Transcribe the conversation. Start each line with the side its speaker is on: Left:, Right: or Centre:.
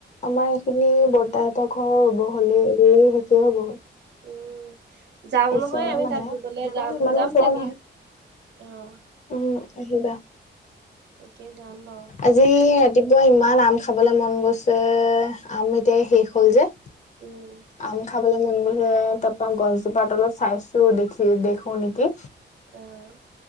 Left: আমাৰ এইখিনি
Right: উম,
Left: বৰ্তাহতৰ ঘৰৰ ৰুব হ'লে, ৰুই শেষে হ'ব হ'ল।
Right: উম। যাওঁ
Left: ওচৰ
Right: নহয় আমি
Left: মানে,
Right: তাত ৰুবলে
Left: ইমানো
Right: যাম যাম
Left: ওচৰ
Right: চাগে।
Left: নহয়।
Right: অ',
Left: উম, আহিবা
Right: তাকে যাম বাৰু
Left: আজি। ৰাতিপুৱা, ইমান আম খাবলৈ মন গৈছে, আম এতিয়া শেষ হ'ল যে।
Right: উম।
Left: আম খাবলৈ মন গৈছে, তাৰ পৰা গছজোপাৰ তলত চাইছো দেখি-দেখো নেকি।
Right: অ',